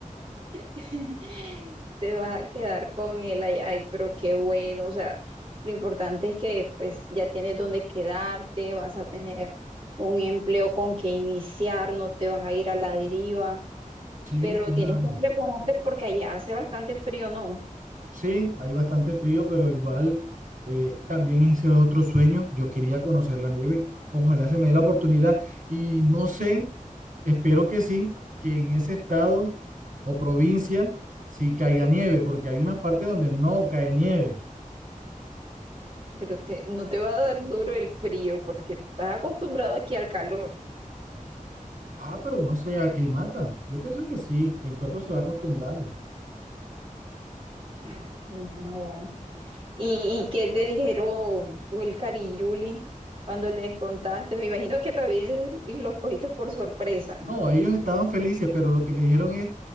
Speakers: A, on the right; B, on the right.
A: <laughs> te vas a quedar con el ay, ay, pero qué bueno, o sea, lo importante es que pues ya tienes donde quedarte, vas a tener un empleo con que iniciar, no te vas a ir a la deriva,
B: Sí,
A: pero
B: claro.
A: tienes que prepararte porque allá hace bastante frío, ¿no?
B: Sí, hay bastante frío, pero igual eh, también ese es otro sueño. Yo quería conocer la nieve. Ojalá se me dé la oportunidad. Y no sé, espero que sí, que en ese estado o provincia sí caiga nieve, porque hay unas partes donde no cae nieve.
A: Pero te, no te va a dar duro el frío porque estás acostumbrado aquí al calor.
B: Ah, pero uno se aclimata. Yo pienso que sí, el cuerpo se va acostumbrando. Sí.
A: <sighs> Ay, no. ¿Y, y qué te dijeron Wilcar y Julie cuando les contaste? Me imagino que también los cogiste por sorpresa.
B: No, ellos estaban felices, pero lo que me dijeron es,